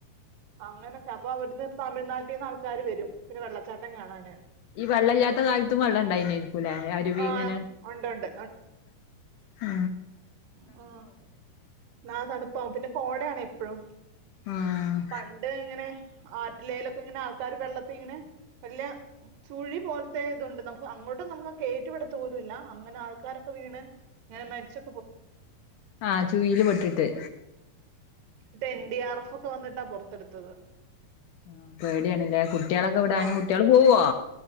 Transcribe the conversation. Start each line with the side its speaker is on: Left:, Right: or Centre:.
Right: അങ്ങനൊക്കെ അപ്പ അവിടുന്ന് തമിഴ്നാ ട്ടീന്ന് ആൾക്കാാര് വരും പിന്നെ വെള്ളച്ചാട്ടം കാണാന്
Left: ഈ വെള്ളല്ലാത്ത കാലത്തും വെള്ളണ്ടായിന് വുലെ അരുവി
Right: ആ
Left: ഇങ്ങനെ
Right: ഉണ്ട് ഉണ്ട്
Left: ആ
Right: മ്മ് നാ തണു ഒ പിന്നെ കോടയാണ് എപ്പോഴും
Left: ആഹ്
Right: പണ്ട് ഇങ്ങനെ ആറ്റിലയിലൊക്കെ ഇങ്ങനെ ആൾക്കാർ വെള്ളത്തി ഇങ്ങനെ വലി യ ചുഴി പോലത്തെ ഇതുണ്ട് നമുക്ക് അങ്ങോട്ടും നമുക്ക് കേറ്റിവിടാത്തപോലുല്ല അങ്ങനെ ആൾക്കാരൊക്കെ വീണ് ഞനെ മരിച്ചു
Left: ആ ചൂയില് പെട്ടിട്ട്
Right: ട്ട് എൻ ഡി ആർ എഫ് ഒക്കെ വന്നിട്ടാ പൊറത്തെടുത്തത്
Left: ആ പേടിയണില്ലേ കുട്ടികളൊക്കെ വിടാനും
Right: ആ
Left: കുട്ടികൾ പോവുവോ